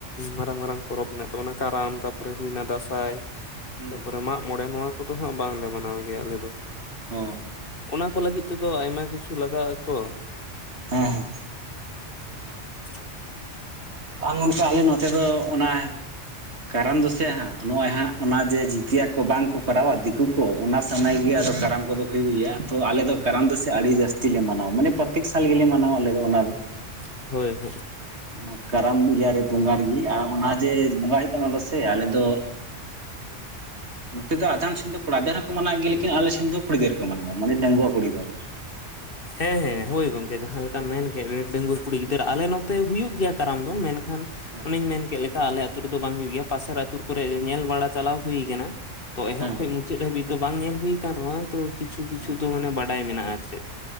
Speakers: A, on the left (about 50°); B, on the right (about 60°).
A: ᱢᱟᱨᱟᱝ ᱢᱟᱨᱟᱝ ᱯᱚᱨᱚᱵᱽ ᱢᱮᱱᱟᱜ ᱛᱟᱵᱚᱱᱟ ᱠᱟᱨᱟᱢ ᱛᱟᱯᱚᱨᱮ ᱦᱩᱭᱱᱟ ᱫᱟᱸᱥᱟᱭ
B: ᱦᱩᱸ
A: ᱛᱟᱯᱚᱨᱮ ᱢᱟᱜ ᱢᱚᱬᱮ ᱱᱚᱣᱟ ᱠᱚᱫᱚ ᱦᱟᱸᱜ ᱵᱟᱝᱞᱮ ᱢᱟᱱᱟᱣ ᱜᱮᱭᱟ ᱟᱞᱮ ᱫᱚ
B: ᱦᱚ <unintelligible>
A: ᱚᱱᱟ ᱠᱚ ᱞᱟᱹᱜᱤᱫ ᱛᱮᱫᱚ ᱟᱭᱢᱟ ᱠᱤᱪᱷᱩ ᱞᱟᱜᱟᱜ-ᱟ ᱛᱚ
B: ᱦᱮᱸ ᱦᱮᱸ
A: <inaudible>
B: ᱵᱟᱝ ᱜᱚᱢᱠᱮ ᱟᱞᱮ ᱱᱚᱛᱮ ᱫᱚ ᱚᱱᱟ ᱠᱟᱨᱚᱱ ᱫᱚᱥ ᱦᱟᱸᱜ ᱱᱚᱜᱼᱚᱭ ᱦᱟᱸᱜ ᱚᱱᱟ ᱡᱮ ᱡᱤᱛᱤᱭᱟ ᱠᱚ ᱵᱟᱝ ᱠᱚ ᱠᱚᱨᱟᱣᱟ ᱫᱤᱠᱩ ᱠᱚ ᱚᱱᱟ ᱥᱚᱢᱚᱭ ᱜᱮ ᱟᱞᱮ ᱫᱚ ᱠᱟᱨᱟᱢ ᱠᱚᱫᱚ ᱦᱩᱭᱩᱜ ᱜᱮᱭᱟ ᱛᱚ ᱟᱞᱮ ᱫᱚ ᱠᱟᱨᱟᱢ ᱫᱚ ᱟᱹᱰᱤ ᱡᱟᱹᱥᱛᱤ ᱞᱮ ᱢᱟᱱᱟᱣᱟ ᱢᱟᱱᱮ ᱯᱨᱚᱛᱮᱠ ᱥᱟᱞ ᱜᱮᱞᱮ ᱢᱟᱱᱟᱣᱟ ᱟᱞᱮ ᱫᱚ ᱚᱱᱟ ᱫᱚ
A: ᱦᱳᱭ ᱦᱳᱭ
B: ᱚᱱᱟ ᱠᱟᱨᱟᱢ ᱤᱭᱮ ᱵᱚᱸᱜᱟ ᱨᱮᱜᱮ ᱟᱨ ᱚᱱᱟ ᱡᱮ ᱵᱚᱸᱜᱟ ᱦᱩᱭᱩᱜ ᱠᱟᱱᱟ᱾ ᱚᱱᱟᱫᱚ ᱥᱮ ᱟᱞᱮ ᱫᱚ <inaudible> ᱱᱚᱛᱮ ᱫᱚ ᱟᱫᱷᱟᱱ ᱥᱮᱱ ᱫᱚ ᱠᱚ ᱢᱟᱱᱟᱣ ᱜᱮᱭᱟ ᱞᱮᱠᱤᱱ ᱟᱞᱮ ᱥᱮᱱ ᱫᱚ ᱠᱩᱲᱤ ᱜᱤᱫᱟᱹᱨ ᱠᱚ ᱢᱟᱱᱟᱣᱟ᱾ ᱢᱟᱱᱮ ᱰᱟᱝᱣᱟ ᱠᱩᱲᱤ ᱜᱤᱫᱟᱹᱨᱟᱹ <inaudible>
A: ᱦᱮᱸ ᱦᱮᱸ ᱦᱳᱭ ᱜᱚᱝᱠᱮ ᱡᱟᱦᱟᱸ ᱞᱮᱠᱟᱢ ᱢᱮᱱ ᱠᱮᱫ ᱰᱟᱝᱜᱩᱟᱹ ᱠᱩᱲᱤ ᱜᱤᱫᱟᱹᱨᱟᱹ ᱟᱞᱮ ᱱᱚᱛᱮ ᱦᱩᱭᱩᱜ ᱜᱮᱭᱟ ᱠᱟᱨᱟᱢ ᱫᱚ ᱢᱮᱱᱠᱷᱟᱱ ᱠᱷᱟᱱ
B: ᱦᱮᱸ᱾
A: ᱚᱱᱮᱧ ᱢᱮᱱ ᱠᱮᱫ ᱞᱮᱠᱟ ᱟᱞᱮ ᱟᱛᱩ ᱨᱮᱫᱚ ᱵᱟᱝ ᱦᱳᱭᱳ ᱜᱮᱭᱟ ᱯᱟᱥᱮᱨ ᱟᱛᱩᱨ ᱠᱚᱨᱮ ᱧᱮᱞ ᱵᱟᱲᱟ ᱪᱟᱞᱟᱣ ᱦᱩᱭ ᱠᱟᱱᱟ᱾ ᱛᱚ ᱮᱦᱚᱵ
B: ᱦᱮᱸ᱾
A: ᱠᱷᱚᱱ ᱢᱩᱪᱟᱹᱫ ᱦᱟᱹᱵᱤᱡ ᱫᱚ ᱵᱟᱝ ᱧᱮᱞ ᱦᱩᱭᱩ ᱟᱠᱟᱱ ᱨᱮᱦᱚᱸ ᱛᱚ ᱠᱤᱪᱷᱩ ᱠᱤᱪᱷᱩ
B: ᱦᱮᱸ
A: ᱫᱚ ᱢᱟᱱᱮ ᱵᱟᱰᱟᱭ ᱢᱮᱱᱟᱜᱼᱟ ᱟᱨ ᱪᱮᱫ